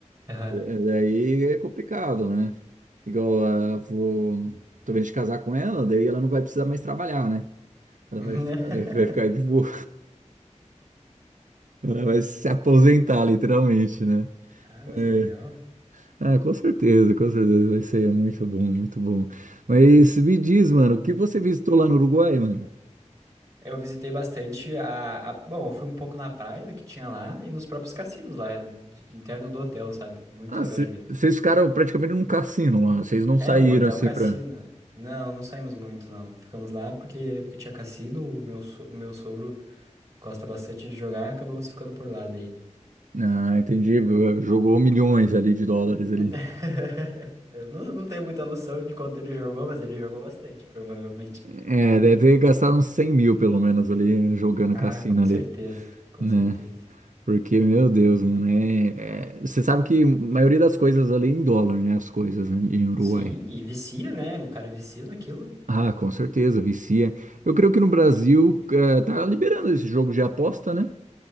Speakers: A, on the right (about 25°); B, on the right (about 85°).
A: Aham.
B: É, é, Daí é complicado, né? Igual, ah, vou, tô vendo de casar com ela, daí ela não vai precisar mais trabalhar, né? Ela
A: <laughs>
B: vai, fi- eh, vai ficar de boa, <laughs> ela vai se aposentar, literalmente, né?
A: Ah, mas
B: É.
A: é legal.
B: Ah, com certeza, com certeza, vai ser muito bom, muito bom. Mas me diz, mano, o que você visitou lá no Uruguai, mano?
A: Eu visitei bastante a, a- Bom, eu fui um pouco na praia do que tinha lá e nos próprios cassinos lá, de- interno do hotel, sabe? Muito
B: Ah,
A: legal
B: cê-
A: de ver.
B: vocês ficaram praticamente num cassino lá. Vocês não
A: É
B: saíram
A: um hotel
B: assim
A: cassino.
B: pra.
A: é. Não, não saímos muito, não. Ficamos lá porque, porque tinha cassino, o meu, so- o meu sogro gosta bastante de jogar e acabamos ficando por lá daí.
B: Ah, entendi. Jogou milhões ali de dólares ali.
A: <laughs> Eu não, não tenho muita noção de quanto ele jogou, mas ele jogou bastante, provavelmente.
B: É, deve ter gastado uns 100 mil pelo menos ali jogando
A: Ah,
B: cassino
A: com
B: ali,
A: certeza, com
B: né?
A: certeza.
B: Porque, meu Deus, mano, é. Você sabe que a maioria das coisas ali é em dólar, né? As coisas né, em Uruguai.
A: Sim, e vicia, né? O cara vicia naquilo.
B: Ah, com certeza, vicia. Eu creio que no Brasil eh, tá liberando esse jogo de aposta, né?